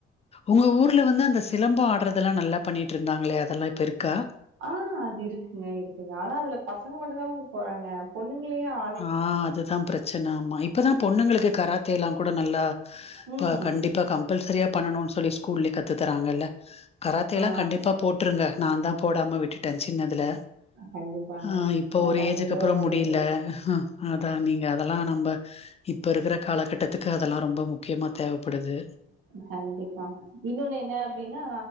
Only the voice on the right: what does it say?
ஆ அது இருக்குங்க இருக்குங்க ஆனா அதுலப் பசங்க மட்டுந்தாம் போறாங்க பொண்ணுங்ளுயு ஆ
ம்.
ஆ
கண்டிப்பாங்க.
எனக்கு
அதுலல்லா
ஒரு
ஐடியா இருக்கு.
கண்டிப்பா இன்னொனு என்ன அப்டினா